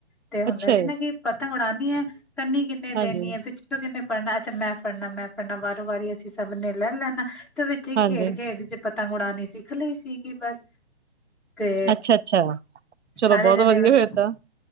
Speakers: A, in the centre; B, on the right (about 85°).
A: ਤੇ ਹੁੰਦਾ
B: ਅੱਛਾ
A: ਸੀ
B: ਜੀ,
A: ਨਾ ਕਿ ਪਤੰਗ ਉੜਾਣੀ ਆ ਕਰਨੀ ਕਿਨੇ ਦੇਨੀ
B: ਹਾਂਜੀ,
A: ਹੈ ਪਿੱ ਕਿ ਕਿਨੇ ਪੜਨਾ ਅੱਛਾ ਮੈਂ ਫੜਨਾ ਮੈਂ ਫੜ੍ਹਨਾ ਵਾਰੋ ਵਾਰੀ ਅਸੀਂ ਸਭ ਨੇ ਲੈ ਲੈਣਾ। ਤੋਂ ਵਿੱਚੇ
B: ਹਾਂਜੀ।
A: ਖੇਡ ਖੇਡ ਚ ਪਤੰਗ ਉਡਾਨੀਂ ਸਿੱਖ ਲਈ ਸੀਗੀ ਬਸ ਤੇ
B: ਅੱਛਾ-ਅੱਛਾ ਚਲੋ
A: ਸਾਰੇ
B: ਬਹੁਤ
A: ਜਣੇ
B: ਵਧੀਆ
A: ਮਤਲਬ
B: ਫੇਰ ਤਾਂ